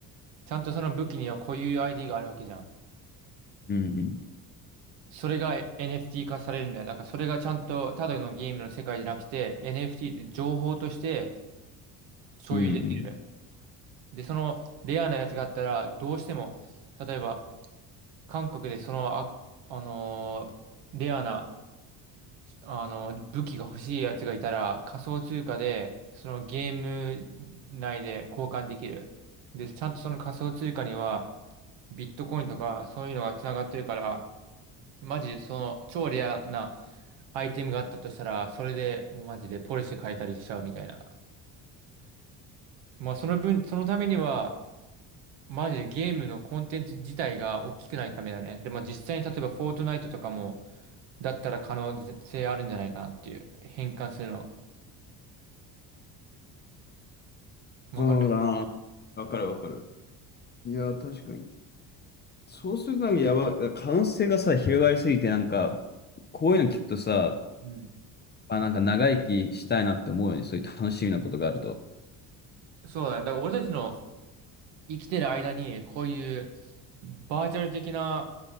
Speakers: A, on the right; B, on the left.
A: ちゃんとその武器には固有 ID があるわけじゃん。
B: うん。うん。
A: それが NFT 化されるんだよ。なんかそれがちゃんとただのゲームの世界じゃなくて NFT って情報として所有できる。
B: うん。うん
A: で、そのレアなやつがあったらどうしても、例えば韓国でその、あ、あのーレアなあの、武器が欲しいやつがいたら、仮想通貨で、そのゲーム内で交換できる。で、ちゃんとその仮想通貨には、ビットコインとか、そういうのが繋がってるから、マジでその、超レアなアイテムがあったとしたら、それでもうマジでポリシェ変えたりしちゃうみたいな。まあ、その分、そのためには、マジでゲームのコンテンツ自体が大きくないためだね。でも実際に例えばフォートナイトとかも、だったら可能性あるんじゃないかなっていう。変換するの。わかる。
B: そうだな。わかるわかる。いや、確かに。そうする限りやばい。可能性がさ、広がりすぎて、なんか、こういうの聞くとさ、
A: うん。
B: あ、なんか長生きしたいなって思うよね。そういう楽しみなことがあると。
A: そうだね。だから俺たちの生きてる間に、こういうバーチャル的な